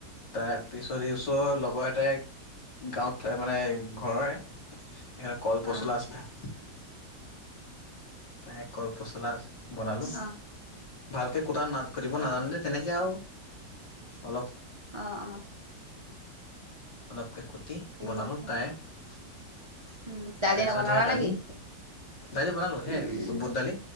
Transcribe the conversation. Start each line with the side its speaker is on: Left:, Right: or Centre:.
Left: তাৰ পিছত এই ওচৰৰ লগৰ এটাই গাঁৱত মানে ঘৰৰে এ কল পচলা
Right: অ
Left: আছিলে তাই কলপচলা বনালো
Right: অ
Left: ভালকে কুটা না কুটিব
Right: অ
Left: নাজানো যে তেনেকে আউ অলপ
Right: অ অ
Left: অলপকে কুটি
Right: ঠিক
Left: বনালো
Right: আছে
Left: তাই তাৰপিছত
Right: উম দালি নবনালা
Left: হেয়া দালি
Right: নেকি
Left: দালি বনালো সেই
Right: উম
Left: বুট দালি